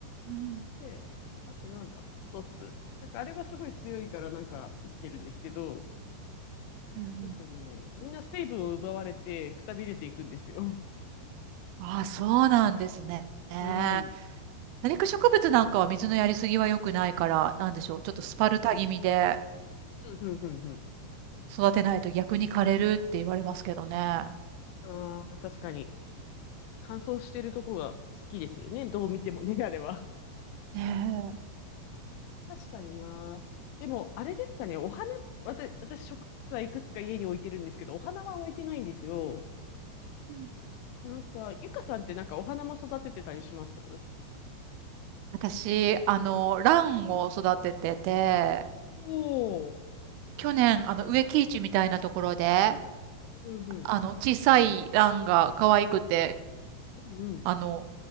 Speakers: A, on the right (about 90°); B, on the left (about 85°).
A: うん。
B: で、あとなんだ、ポトス。なんかあれがすごい強いからなんか生きてるんですけど、
A: うん
B: なんかね、みんな水分を奪われてくたびれていくんですよ。
A: ああ、そうなんですね。ね
B: うん。
A: 多肉植物なんかは水のやりすぎは良くないから、なんでしょう。ちょっとスパルタ気味で
B: うん。うん、うん、うん、うん。
A: 育てないと逆に枯れるって言われますけどね。
B: ああ、確かに。乾燥してるとこが好きですよね。どう見てもね、あれは。
A: ねえ。
B: 確かにな。でも、あれですかね、お花、私、私、植物はいくつか家に置いてるんですけど、お花は置いてないんですよ。
A: うん
B: なんか、ゆかさんってなんかお花も育ててたりします
A: 私、あの、ランを育ててて、
B: おおー。
A: 去年、あの、植木市みたいなところで、
B: うんうん。
A: あの、小さいランが可愛くて、
B: うんうん。
A: あの、